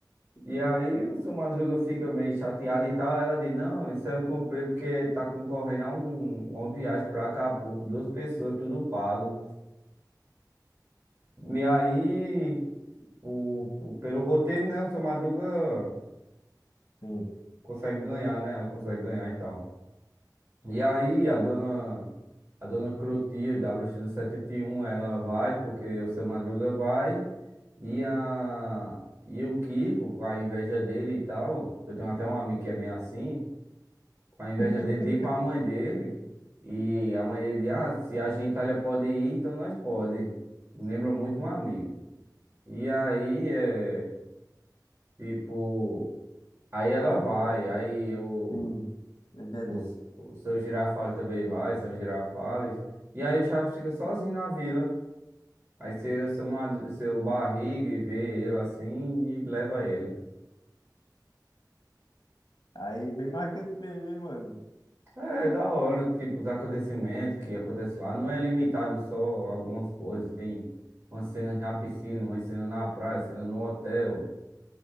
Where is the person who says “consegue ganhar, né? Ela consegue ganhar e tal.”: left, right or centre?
Right